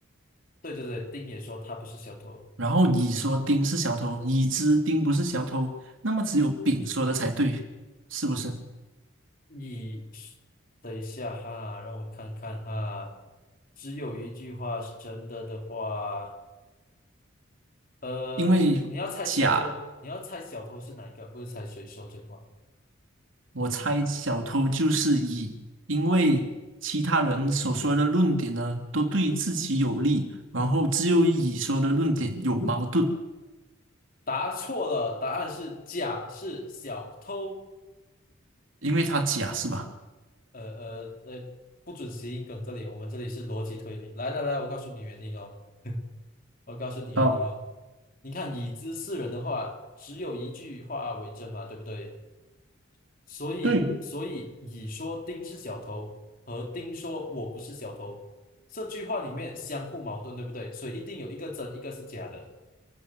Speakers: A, on the left (about 45°); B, on the right (about 70°).
A: 对对对，丁也说他不是小偷。
B: 然后乙说丁是小偷，乙知丁不是小偷，那么只有丙说的才对，是不是？
A: 你等一下哈，让我看看哈。只有一句话是真的的话，呃，
B: 因为甲
A: 你要猜小偷，你要猜小偷是哪一个，不是猜谁说真话。
B: 我猜小偷就是乙，因为其他人所说的论点呢，都对自己有利，然后只有乙说的论点有矛盾，
A: 答错了，答案是甲，是小偷。
B: 因为他甲是吧？
A: 呃呃呃，不准谐音梗，这里我们这里是逻辑推理。来来来，我告诉你原因哦，我告诉你原因哦。
B: 好，
A: 你看，已知四人的话，只有一句话为真嘛，对不对？所以，
B: 对，
A: 所以乙说丁是小偷，和丁说我不是小偷，这句话里面相互矛盾，对不对？所以一定有一个真，一个是假的。